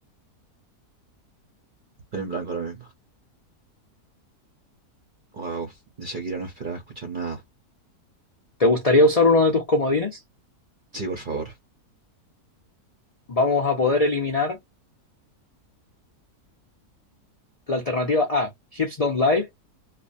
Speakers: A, on the right; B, on the left.
A: Estoy en blanco ahora mismo. Wow, de Shakira no esperaba escuchar nada.
B: ¿Te gustaría usar uno de tus comodines?
A: Sí, por favor,
B: Vamos a poder eliminar la alternativa A. Hips Don't Lie.